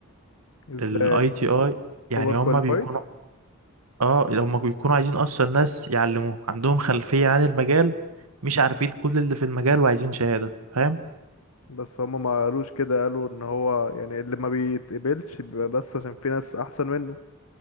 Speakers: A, on the left; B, on the right.
A: ازاي
B: الاي تي اي يعني
A: اوفر
B: هم
A: كواليفايد
B: بيكونوا اه هم بيكونوا عايزين اصلا ناس يعلموهم عندهم خلفيه عن المجال مش عارفين كل اللي في المجال وعايزين شهاده فاهم
A: بس هما ما قالوش كده قالوا ان هو يعني اللي ما بيتقبلش بيبقى بس عشان في ناس احسن منه